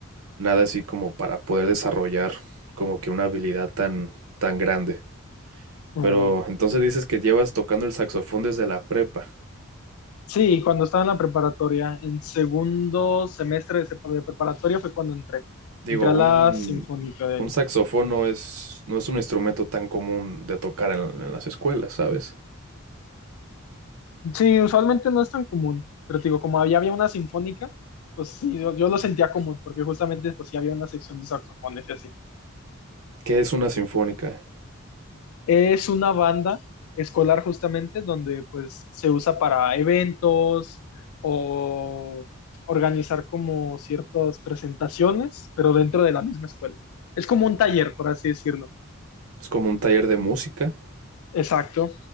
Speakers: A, on the right; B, on the left.
A: nada así como para poder desarrollar como que una habilidad tan, tan grande.
B: Mm.
A: Pero entonces dices que llevas tocando el saxofón desde la prepa.
B: Sí, cuando estaba en la preparatoria, en segundo semestre de sepa- de preparatoria fue cuando entré.
A: Digo,
B: Entré a
A: un,
B: la sinfónica de
A: un
B: ahí.
A: saxofón no es, no es un instrumento tan común de tocar en, en las escuelas, ¿sabes?
B: Sí, usualmente no es tan común, pero te digo, como había, había una sinfónica, pues sí, yo, yo lo sentía común, porque justamente pues sí había una sección de saxofones y así.
A: ¿Qué es una sinfónica?
B: Es una banda escolar justamente donde pues se usa para eventos o organizar como ciertas presentaciones, pero dentro de la misma escuela. Es como un taller, por así decirlo.
A: Es como un taller de música.
B: Exacto,